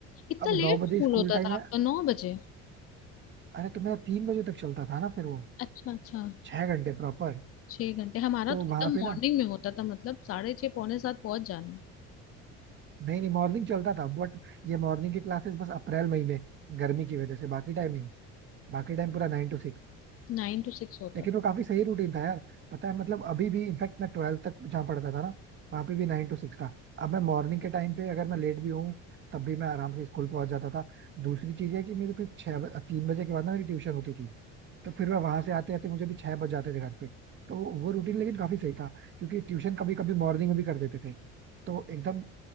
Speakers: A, on the left (about 45°); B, on the right (about 35°).
A: इतना
B: अब
A: लेट
B: नौ बजे
A: स्कूल
B: स्कूल
A: होता
B: टाइम
A: था
B: है
A: आपका नौ बजे
B: अरे तो मेरा तीन बजे तक चलता था ना फिर वो
A: अच्छा अच्छा
B: छह घंटे प्रॉपर
A: छह घंटे हमारा
B: तो
A: तो एकदम
B: वहां पे
A: मॉर्निंग
B: ना
A: में होता था मतलब साढ़े छह पौने सात पहुंच जाना
B: नहीं नहीं मॉर्निंग चलता था बट ये मॉर्निंग की क्लासेस बस अप्रैल मई में गर्मी की वजह से बाकी टाइम नहीं बाकी टाइम पूरा नाइन टू
A: नाइन टू सिक्स होता
B: लेकिन वो काफी सही रूटीन था यार पता है मतलब अभी भी इनफैक्ट मैं ट्वेल्थ तक जहाँ पढ़ता था ना वहाँ पे भी नाइन टू सिक्स था अब मैं मॉर्निंग के टाइम पे अगर मैं लेट भी हूँ तब भी मैं आराम से स्कूल पहुंच जाता था दूसरी चीज है कि मेरे फिर छह तीन बजे के बाद ना मेरी ट्यूशन होती थी तो फिर मैं वहां से आते आते मुझे भी छह बज जाते थे घर पे तो वो रूटीन लेकिन काफी सही था क्योंकि ट्यूशन कभी कभी मॉर्निंग में भी कर देते थे तो एकदम